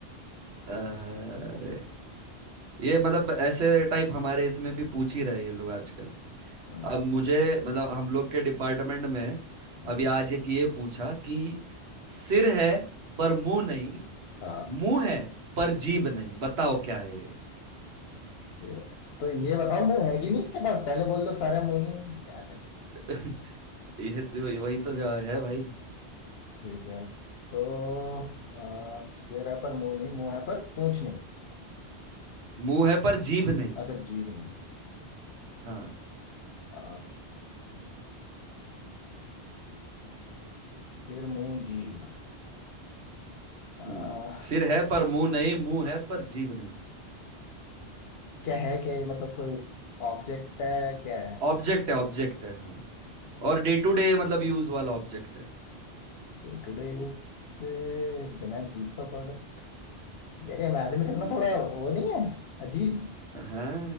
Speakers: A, on the right (about 70°); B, on the left (about 70°).
A: अरे ये मतलब ऐसे टाइप हमारे इसमें भी पूछ ही रहे ये लोग आजकल
B: हम्म,
A: अब मुझे मतलब हम लोग के डिपार्टमेंट में
B: हम्म।
A: अभी आज एक ये पूछा कि सिर है पर मुंह नहीं
B: हाँ
A: मुंह है पर जीभ नहीं बताओ क्या है ये
B: सिर तो ये बताओ मुंह है कि नहीं इसके पास पहले बोल दो सारे मुंह नहीं क्या चले
A: <laughs> यह तो- वही वही तो जवाब है भाई
B: ठीक है तो अ, सिर है पर मुंह नहीं मुंह है पर पूंछ नहीं
A: मुंह है पर जीभ नहीं
B: अच्छा जीभ नहीं
A: हाँ
B: आ, सिर मुंह जीभ आ,
A: हम्म, सिर है पर मुंह नहीं मुंह है पर जीभ नहीं
B: क्या है क्या ये मतलब कोई ऑब्जेक्ट है क्या है
A: ऑब्जेक्ट है ऑब्जेक्ट है हाँ और डे टू डे मतलब यूज वाला ऑब्जेक्ट है
B: डे टू डे यूज पे बिना जीप का प्रोडक्ट यार इमेजिन
A: हम्म,
B: करना थोड़ा वो नहीं है अजीब
A: हाँ